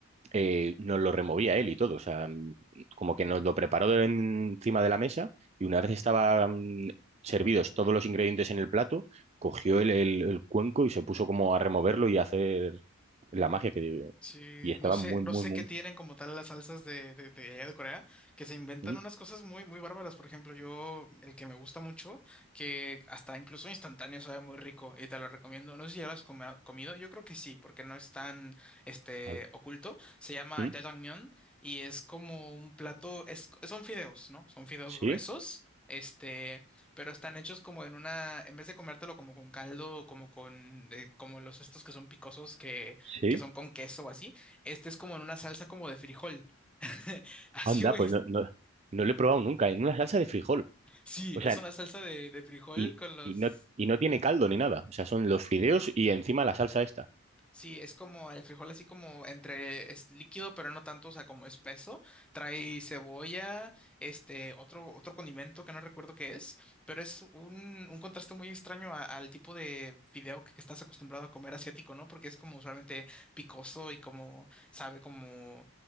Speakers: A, on the right; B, in the centre.
A: eh, nos lo removía él y todo, o sea, mm, como que nos lo preparó de- encima de la mesa y una vez estaban servidos todos los ingredientes en el plato, cogió el, el- el cuenco y se puso como a removerlo y a hacer la magia que debe.
B: Sí,
A: Y estaba
B: no sé,
A: muy,
B: no
A: muy,
B: sé
A: muy...
B: qué tienen como tal las salsas de, de, de allá de Corea, que se inventan
A: ¿Mm?
B: unas cosas muy, muy bárbaras. Por ejemplo, yo, el que me gusta mucho, que hasta incluso instantáneo sabe muy rico y te lo recomiendo. No sé si ya lo has come- comido, yo creo que sí, porque no es tan, este,
A: A ver,
B: oculto. Se llama
A: ¿Mm?
B: jajangmyeon y es como un plato, es, son fideos, ¿no? Son fideos
A: ¿Sí?
B: gruesos. Este, pero están hechos como en una, en vez de comértelo como con caldo, como con, eh, como los estos que son picosos
A: ¿Sí?
B: que son con queso o así. Este es como en una salsa como de frijol. <laughs> Así
A: Anda,
B: muy...
A: pues
B: ex-
A: no, no, no lo he probado nunca, en una salsa de frijol,
B: Sí,
A: o
B: es
A: sea,
B: una salsa de, de frijol
A: y,
B: con los...
A: y no, y no tiene caldo ni nada, o sea, son los fideos y encima la salsa esta.
B: Sí, es como el frijol así como entre es líquido, pero no tanto, o sea, como espeso. Trae cebolla, este, otro, otro condimento que no recuerdo qué es, pero es un, un contraste muy extraño a- al tipo de fideo que, que estás acostumbrado a comer asiático, ¿no? Porque es como usualmente picoso y como sabe como